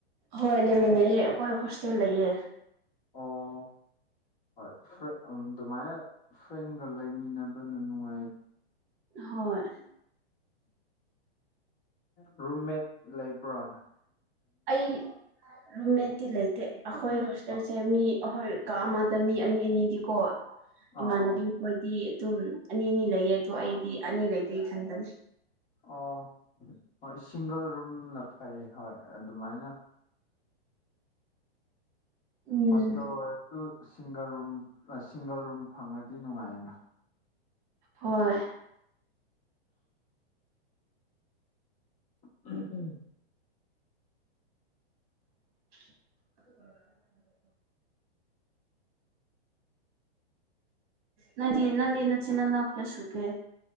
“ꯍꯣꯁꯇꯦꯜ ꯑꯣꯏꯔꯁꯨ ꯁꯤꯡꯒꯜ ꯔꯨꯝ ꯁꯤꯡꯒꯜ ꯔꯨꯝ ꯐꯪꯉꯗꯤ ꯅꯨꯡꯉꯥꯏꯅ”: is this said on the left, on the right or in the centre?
Left